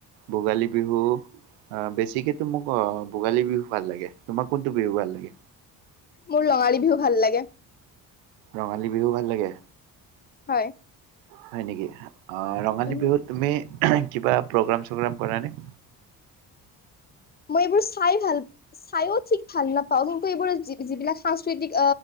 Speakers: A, on the right; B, on the left.
A: ভোগালী বিহু আহ বেছিকেতো মোক আহ ভোগালী বিহু ভাল লাগে তোমাৰ কোনটো বিহু ভাল লাগে।
B: মোৰ লঙালী বিহু ভাল লাগে।
A: ৰঙালী বিহু ভাল লাগে।
B: হয়
A: হয় নেকি। ৰঙালী
B: উম
A: বিহুত তুমি। কিবা প্ৰগ্ৰাম চগ্ৰাম কৰা নে।
B: মই এইবোৰ চাই ভাল চাইো ঠিক ভাল নাপাও কিন্তু এইবোৰ যিবিলাক সাংস্কৃতিক